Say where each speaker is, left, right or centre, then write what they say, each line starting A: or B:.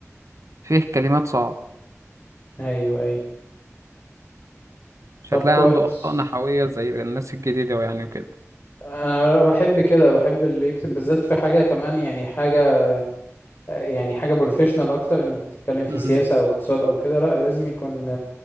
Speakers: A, on the right; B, on the left.
A: فيه كلمات صعبة
B: ايوه ايوه
A: مش
B: طب
A: هتلاقي
B: كويس
A: عنده أخطاء نحوية زي الناس الجديدة يعني وكده
B: انا بحب كده بحب اللي يكتب بالذات في حاجة كمان يعني حاجة يعني حاجة بروفيشنال اكتر انك بتتكلم في
A: امم
B: سياسة او اقتصاد او كده لا لازم يكون